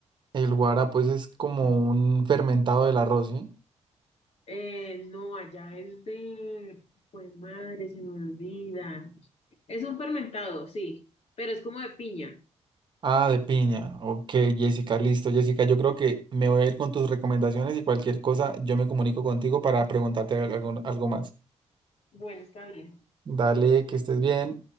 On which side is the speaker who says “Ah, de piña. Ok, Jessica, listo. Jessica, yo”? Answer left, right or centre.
Right